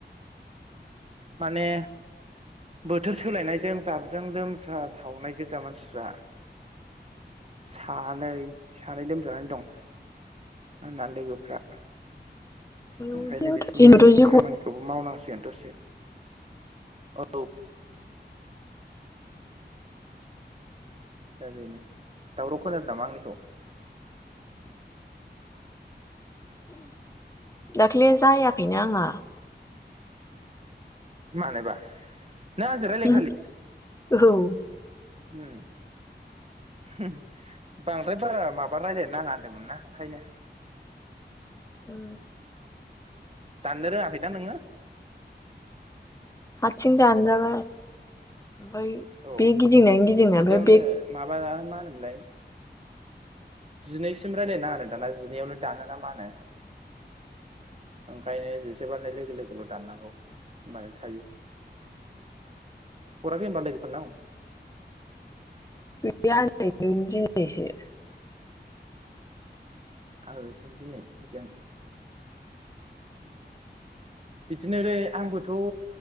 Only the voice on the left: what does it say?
उम दिनैथ'
जिग'
दाखलि जायाख खैनो आंना
ओम औ।
हो
आथिं दानजाबाय। ओमफ्राय
बे गिदिंनायानो गिदिंनाय
ओमफ्राय बे
<unintelligible> दिनैसो